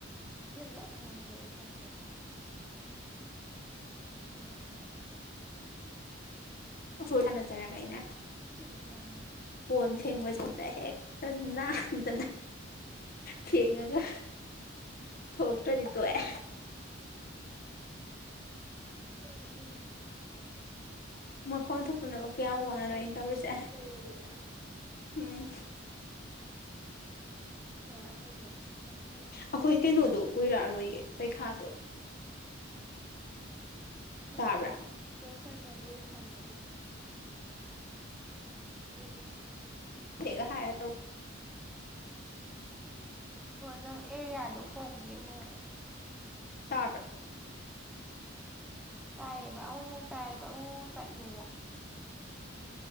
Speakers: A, in the centre; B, on the left.
A: ꯌꯦꯕ ꯅꯨꯡꯉꯥꯏꯇꯕꯦ ꯆꯠꯄꯗꯣ ꯑꯗꯨꯃꯥꯏꯅ ꯇꯞꯄꯦ
B: ꯁ ꯊꯅꯖꯔꯥꯒꯥꯏꯅ
A: ꯍꯧꯖꯤꯛꯕꯨꯗꯤ ꯌꯥꯔꯦ
B: ꯀꯣꯟ ꯊꯦꯡꯕꯁꯗ ꯍꯦꯛꯇ ꯅꯥꯝꯇꯅ ꯊꯡꯉꯒ ꯊꯣꯛꯇ꯭ꯔꯗꯤ ꯇꯣꯛꯑꯦ
A: ꯑꯗꯨꯅ
B: ꯃꯈꯣꯟ ꯊꯣꯛꯄꯅꯕ ꯀꯌꯥꯝ ꯋꯥꯅꯅꯣ
A: ꯅꯝꯕꯔ
B: ꯑꯩꯅ ꯇꯧꯔꯤꯁꯦ
A: ꯖꯦꯔꯣ ꯖꯦꯔꯣ ꯀꯥꯏꯅ
B: ꯎꯝ
A: ꯍ ꯀꯩꯅꯣ ꯀꯝꯃꯤꯇꯤꯁꯟ
B: ꯑꯩꯈꯣꯏ
A: ꯏꯁꯂꯣ
B: ꯀꯩꯅꯣꯗꯣ
A: ꯃꯣꯁꯟ
B: ꯀꯨꯏꯔꯛꯑꯔꯣꯏꯌꯦ
A: ꯇꯥꯏꯞꯇ
B: ꯄꯩꯈꯥꯗꯣ
A: ꯁꯀꯪ
B: ꯇꯥꯕ꯭ꯔꯥ
A: ꯏꯁꯂꯣ ꯁ ꯔ ꯁꯥꯗꯥꯥ ꯑꯥꯕꯨ
B: ꯍꯦꯒ ꯍꯥꯏꯔ ꯇꯗꯣ
A: ꯍꯣꯏ ꯅꯪ ꯑꯦꯔꯤꯌꯥꯗꯣ ꯍꯣꯡꯒꯦ ꯍꯣꯡꯉꯨ
B: ꯇꯥꯇ
A: ꯇꯥꯏꯌꯦꯕ ꯑꯃꯨꯃꯨꯛ ꯇꯥꯏꯑꯕ ꯑꯃꯨꯃꯨꯛ ꯆꯠꯂꯦꯕ